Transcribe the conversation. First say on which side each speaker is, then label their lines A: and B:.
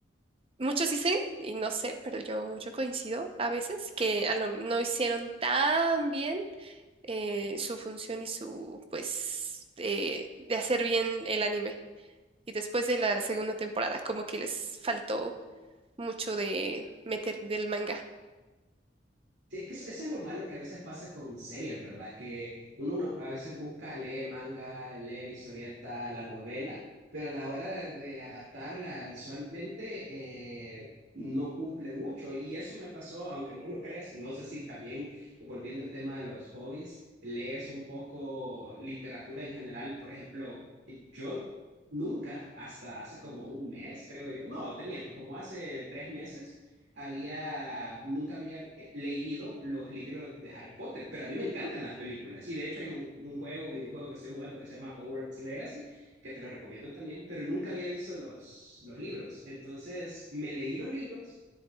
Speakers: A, on the right; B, on the right.
A: muchos dicen, y no sé, pero yo, yo coincido a veces, que a lo- no hicieron tan bien eh, su función y su, pues, eh, de hacer bien el anime. Y después de la segunda temporada, como que les faltó mucho de meter del manga.
B: Sí, es que eso, eso es lo malo que a veces pasa con series, ¿verdad? Que uno, no- a veces busca leer manga, leer la historieta, la novela, pero a la hora de, de adaptarla visualmente eh, no cumple mucho. Y eso me pasó, aunque no lo creas, y no sé si también, volviendo al tema de los hobbies, lees un poco literatura en general. Por ejemplo, yo nunca, hasta hace como un mes, creo yo, no, te miento, como hace tres meses había, nunca había eh, leído los libros de Harry Potter, pero a mí me encantan las películas. Y de hecho hay un, un juego, videojuego que estoy jugando que se llama Hogwarts Legacy, que te lo recomiendo también, pero nunca había visto los, los libros. Entonces me leí los libros,